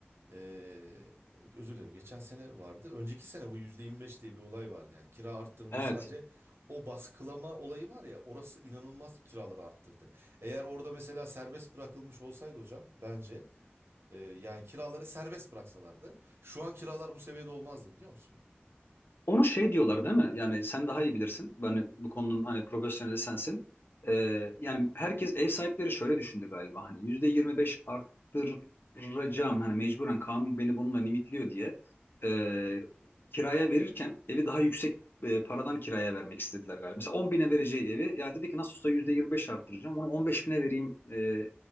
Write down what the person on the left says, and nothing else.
Evet.
Onu şey diyorlar değil mi? Yani sen daha iyi bilirsin. Ben bu konunun hani profesyoneli sensin. Ee, yani herkes ev sahipleri şöyle düşündü galiba. Hani yüzde 25 arttıracağım. Hani mecburen kanun beni bununla limitliyor diye. Ee, kiraya verirken evi daha yüksek e, paradan kiraya vermek istediler galiba. Mesela 10 bine vereceği evi ya dedi ki nasıl olsa yüzde 25 arttıracağım. Onu 15 bine vereyim e,